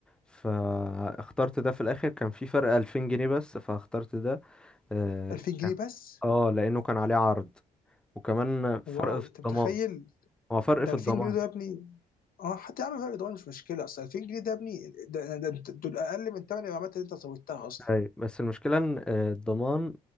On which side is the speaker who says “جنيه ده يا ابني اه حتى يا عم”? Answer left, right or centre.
Left